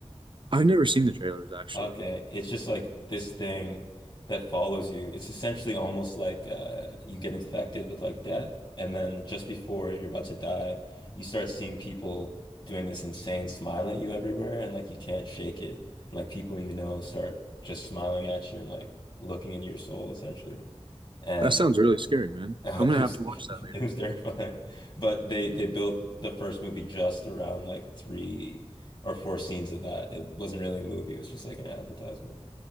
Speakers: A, on the right; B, on the left.
A: I've never seen the trailers actually.
B: Okay, it's just like this thing that follows you. It's essentially almost like uh, you get infected with like death, and then just before you're about to die, you start seeing people doing this insane smile at you everywhere, and like you can't shake it. And, like people you know start just smiling at you and like looking into your soul essentially. And
A: That sounds really scary, man.
B: <laughs> it
A: I'm gonna
B: was
A: have to
B: <laughs>
A: watch that later
B: it was
A: today.
B: terrifying. But they they built the first movie just around like three or four scenes of that. It wasn't really a movie, it was just like an advertisement.